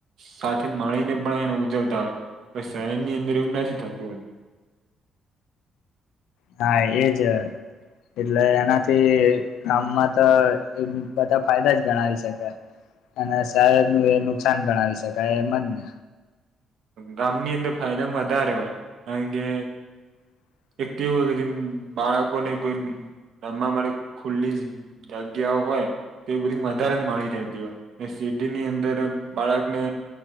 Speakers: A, on the right; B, on the left.
A: સાથે મળીને પણ એને ઉજવતા હોય, પણ શહેર ની અંદર એવું નથી થતું હોતું.
B: હા એજ એટલે એનાથી ગામમાં ત બધા ફાયદા જ ગણાવી શકે. અને સાહેદ નું એ નુકસાન ગણાવી શકાય એમ જ ને.
A: ગામની અંદર ફાયદા વધારે હોય કારણ કે
B: <inaudible>
A: એક તો એવું હોય કેજે બાળકો ને કોઈ રમવા માટે ખુલ્લી જગ્યાઓ હોય. તે બધી વધારે મળી રહેતી હોય, ને સિટીની અંદર બાળકને